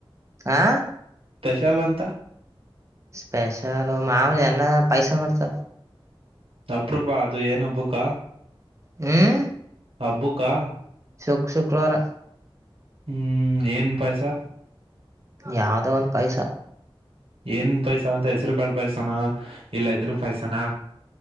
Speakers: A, on the right (about 30°); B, on the right (about 80°).
A: ಹಾ,
B: ಷಲ್ಲ ಅಂತ
A: ಸ್ಪೆಷಲ್ ಮಾಮೂಲಿ ಅನ್ನ, ಪಾಯ್ಸ, ಮಾಡ್ತ
B: ಅಪರೂಪ ಅದ ಏನ್ ಅಬುಕ್ಕ.
A: ಹ್ಮ್.
B: ಹಬ್ಬುಕಾ,
A: ಶುಕ್ ಶುಕ್ರವಾರ,
B: ಹ್ಮ್ ಏನ್ ಪಾಯ್ಸ.
A: ಯಾವ್ದೋ ಒಂದ್ ಪಾಯ್ಸ.
B: ಏನ್ ಪಾಯಸ ಅಂತ ಹೆಸರು ಕಾಳ ಪಾಯಸನಾ ಇಲ್ಲ ಇದ್ರ ಪಾಯಸನಾ.